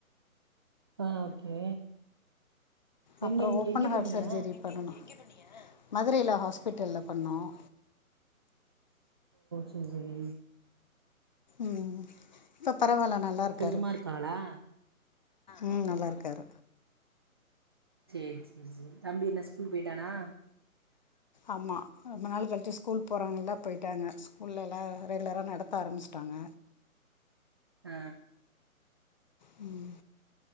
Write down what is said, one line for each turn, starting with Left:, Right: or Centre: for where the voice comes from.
Right: ஆ ஓகே
Left: அப்புறம்
Right: எங்க எங்
Left: ஓப்பன்
Right: எங்க
Left: ஹார்ட்
Right: பண்ணீங்க
Left: சர்ஜரி பண்ணனும் மதுரையில ஹாஸ்பிட்டல்ல பண்ணோம்
Right: சரி
Left: ம் பரவாயில்ல நல்லா இருக்காரு
Right: இப்ப சும்மா இருக்காளா
Left: ம் நல்லாயிருக்கார்
Right: சேரி தம்பி என்ன ஸ்கூல் போய்டானா
Left: ஆமா ரொம்ப நாள் கழிச்சு ஸ்கூல் போறாங்கல்ல போயிட்டாங்க ஸ்கூல்ல எல்லாம் ரெகுலரா நடத்த ஆரம்பிச்சிட்டாங்க
Right: அ
Left: ம்